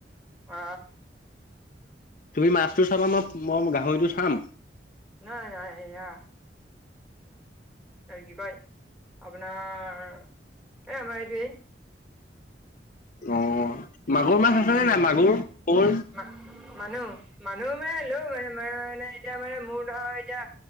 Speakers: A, in the centre; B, on the left.
A: অ।
B: তুমি মাছটো চাবা মই মই গাহৰিটো চাম।
A: নহয় নহয় এয়া আৰু কি কয় আপোনাৰ এ আমাৰ এইটোৱেই।
B: অ মাগুৰ মাছ আছে নে নাই মাগুৰ। শ'ল
A: না। মানুহ মানুহ মানে লৈ মানে ম মানে এতিয়া মানে মোৰ ধৰ এতিয়া।